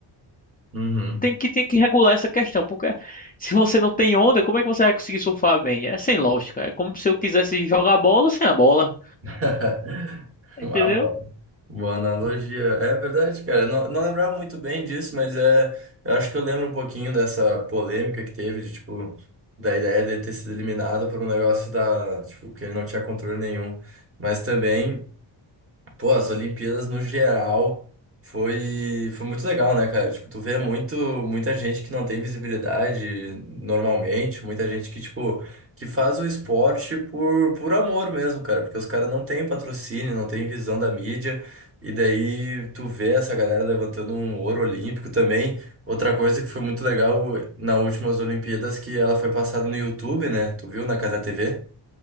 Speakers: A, on the right (about 30°); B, on the left (about 20°).
A: Uhum.
B: tem que, tem que regular essa questão, porque se você não tem onda, como é que você vai conseguir surfar bem? É sem lógica. É como se eu quisesse jogar bola sem a bola,
A: <laughs>
B: entendeu?
A: Ah, boa, boa analogia. É verdade, cara. Eu Não, não lembrava muito bem disso, mas é, eu acho que eu lembro um pouquinho dessa polêmica que teve, de tipo, da ideia de ter sido eliminado por um negócio da, tipo, que ele não tinha controle nenhum. Mas também. Pô, as Olimpíadas no geral foi, foi muito legal, né, cara? Tipo, tu vê muito, muita gente que não tem visibilidade normalmente, muita gente que, tipo, que faz o esporte por, por amor mesmo, cara, porque os caras não têm patrocínio, não têm visão da mídia, e daí tu vê essa galera levantando um ouro olímpico também. Outra coisa que foi muito legal nas últimas Olimpíadas que ela foi passada no YouTube, né? Tu viu na Casa TV?